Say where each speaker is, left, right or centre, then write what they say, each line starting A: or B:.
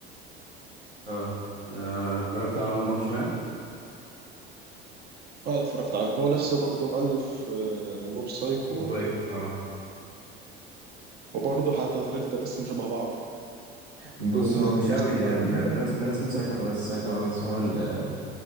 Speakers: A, on the right (about 80°); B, on the right (about 30°).
A: آه آه، اتفرجت على ون بانش مان؟
B: اه اتفرجت عليه هو نفسه برضه مؤلف آه، موب سايكو
A: موسايكو اه
B: وبرضه حتى طريقه الرسم شبه بعض
A: بص
B: وان
A: هو
B: الشخصيه
A: مش قوي هي
B: الرئيسية
A: الرسم رسم سايتاما بس سايتاما بس هو ال...